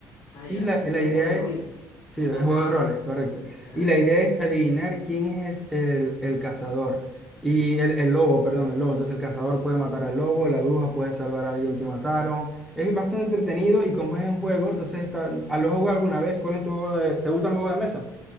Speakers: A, on the left; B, in the centre.
A: Ah,
B: Y
A: ya,
B: la,
A: son
B: la
A: como
B: idea
A: juegos de roles.
B: es, sí,
A: Son
B: el
A: juegos
B: juego
A: de roles.
B: de roles, correcto.
A: Ajá.
B: Y la idea es adivinar quién es el, el cazador. Y el, el lobo, perdón, el lobo. Entonces el cazador puede matar al lobo, la bruja puede salvar a alguien que mataron. Es bastante entretenido y como es un juego, entonces está, ¿a lo jugado alguna vez? ¿Cuál es tu juego de, ¿te gusta el juego de mesa?